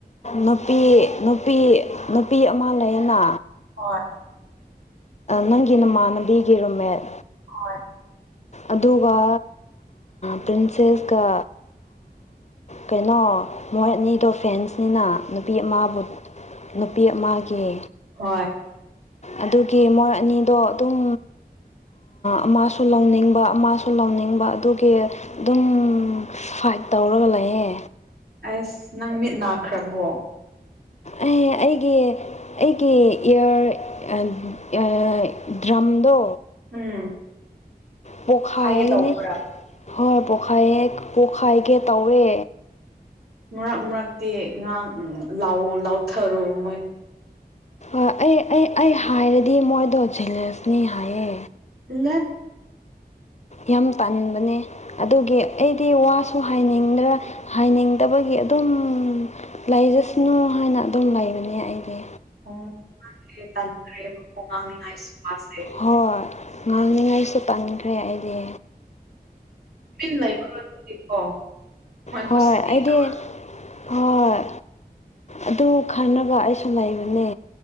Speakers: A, on the left; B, on the right.
A: ꯅꯨꯄꯤ ꯅꯨꯄꯤ ꯅꯨꯄꯤ ꯑꯃ ꯂꯩꯌꯦꯅ
B: ꯍꯣꯏ
A: ꯅꯪꯒꯤ ꯅꯃꯥꯟꯅꯕꯤꯒꯤ ꯔꯣꯃꯦꯠ
B: ꯍꯣꯏ
A: ꯑꯗꯨꯒ ꯄ꯭ꯔꯤꯟꯁꯦꯁꯀ ꯀꯩꯅꯣ ꯃꯣꯏ ꯑꯅꯤꯗꯣ ꯐꯦꯟꯁꯅꯤꯅ ꯅꯨꯄꯤ ꯑꯃꯕꯨ ꯅꯨꯄꯤ ꯑꯃꯒꯤ
B: ꯍꯣꯏ
A: ꯑꯗꯨꯒꯤ ꯃꯣꯔ ꯑꯅꯤꯗꯣ ꯑꯗꯨꯝ ꯑꯃꯁꯨ ꯂꯧꯅꯤꯡꯕ ꯕ ꯑꯃꯁꯨ ꯂꯧꯅꯤꯡꯕ ꯑꯗꯨꯒꯤ ꯑꯗꯨꯝ ꯐꯥꯏꯠ ꯇꯧꯔꯒ ꯂꯩꯌꯦ
B: ꯑꯁ ꯅꯪ ꯃꯤꯠ ꯅꯥꯈ꯭ꯔꯕꯣ
A: ꯑꯩ ꯑꯩꯒꯤ ꯑꯩꯒꯤ ꯏꯌꯥꯔ ꯗ꯭ꯔꯝꯗꯣ
B: ꯎꯝ
A: ꯕꯨ
B: ꯄꯣꯛꯈꯥꯏꯒꯦ
A: ꯈꯥꯌꯦ
B: ꯇꯧꯕ꯭ꯔꯥ
A: ꯀꯅꯤ ꯍꯣꯏ ꯄꯣꯛꯈꯥꯏꯌꯦ ꯄꯣꯛꯈꯥꯏꯒꯦ ꯇꯧꯋꯦ
B: ꯃꯔꯛ ꯃꯔꯛꯇꯤ ꯉꯥꯡ ꯂꯥꯎꯋꯣ ꯂꯥꯎꯊꯔꯣ ꯃꯣꯏ
A: ꯑꯩ ꯑꯩ ꯑꯩ ꯍꯥꯏꯔꯗꯤ ꯃꯣꯏꯗꯣ ꯖꯦꯂꯁꯅꯤ ꯍꯥꯏꯌꯦ
B: ꯂ
A: ꯌꯥꯝ ꯄꯥꯟꯅꯤꯡꯟꯕꯅꯦ ꯑꯗꯨꯒꯤ ꯑꯩꯗꯤ ꯋꯥꯁꯨ ꯍꯥꯏꯅꯤꯡꯗ꯭ꯔ ꯍꯥꯏꯅꯤꯡꯗꯕꯒꯤ ꯑꯗꯨꯝ ꯂꯩꯖꯁꯅꯨ ꯍꯥꯏꯅ ꯑꯗꯨꯝ ꯂꯩꯕꯅꯦ ꯑꯩꯗꯤ
B: ꯎꯝ <unintelligible> ꯇꯟꯈ꯭ꯔꯦꯕ ꯀꯣ ꯉꯥꯡꯅꯤꯉꯥꯏ ꯁꯨ <unintelligible>
A: ꯍꯣꯏ ꯉꯥꯡꯅꯤꯉꯥꯏꯁꯨ ꯇꯟꯈ꯭ꯔꯦ ꯑꯩꯗꯤ
B: ꯄꯤꯟ ꯂꯩꯈ꯭ꯔꯣ ꯑꯗꯨꯗꯤꯀꯣ ꯃꯣꯏ
A: ꯍꯣꯏ
B: ꯈꯨꯁꯤꯗꯣ
A: ꯑꯩꯗꯤ ꯍꯣꯏ ꯑꯗꯨ ꯈꯟꯔꯒ ꯑꯩꯁꯨ ꯂꯩꯕꯅꯦ